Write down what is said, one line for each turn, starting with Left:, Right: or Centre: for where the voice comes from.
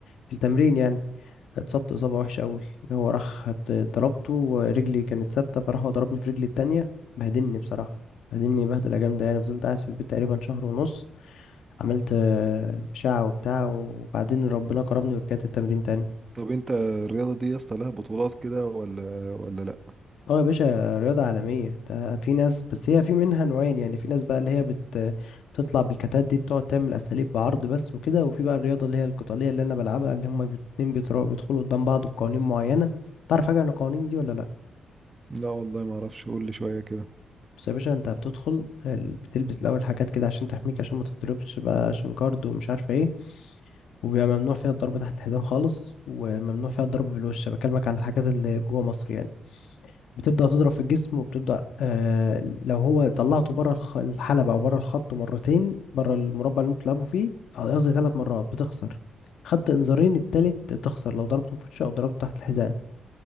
Left: في التمرين يعني اتصبت اصابة وحشة قوي هو راح ات- ضربته ورجلي كانت ثابتة فراح هو ضربني في رجلي التانية بهدلني بصراحة بهدلني بهدلة جامدة يعني فضلت قاعد في البيت تقريبا شهر ونص عملت آه، شعة وبتاع وبعدين ربنا كرمني ورجعت التمرين تاني
Right: طب انت الرياضة دي يا اسطى لها بطولات كده ولا ولا لا
Left: اه يا باشا رياضة عالمية ده في ناس بس هي في منها نوعين يعني في ناس بقى اللي هي بت بتطلع بالكتات دي بتقعد تعمل أساليب بعرض بس وكده وفي بقى الرياضة اللي هي القتالية اللي أنا بلعبها اللي هما الاتنين بيضربوا بيدخلوا قدام بعض بقوانين معينة تعرف حاجة عن القوانين دي ولا لأ؟
Right: لا والله ما اعرفش قول لي شوية كده
Left: بس يا باشا أنت بتدخل ال- بتلبس الأول حاجات كده عشان تحميك عشان ما تضربش بقى عشان كارد ومش عارفة ايه وبيبقى ممنوع فيها الضرب تحت الحزام خالص وممنوع فيها الضرب بالوش بكلمك على الحاجات اللي جوه مصر يعني بتبدأ تضرب في الجسم وبتبدأ آه لو هو طلعته بره الخ- الحلبة أو بره الخط مرتين بره المربع اللي انتوا بتلعبوا فيه آه، قصدي ثلاث مرات بتخسر خدت انذارين التالت تخسر لو ضربته في وشه أو ضربته تحت الحزام